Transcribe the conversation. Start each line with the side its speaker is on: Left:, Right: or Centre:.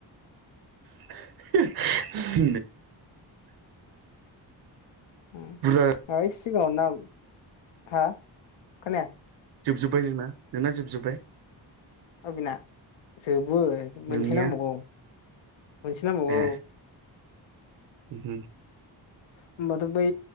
Right: <inaudible>
Left: ओम
Right: बुरजा
Left: है सिगाङावनो ना हा खोनाया
Right: जोबजोब्बाय नोंना नोंना जोबजोब्बाय
Left: अ बिना जोबो मोनसे
Right: नोंनिया
Left: नांबावगौ। मोनसे नांबावगौ।
Right: ए उम
Left: होमबाथ' बै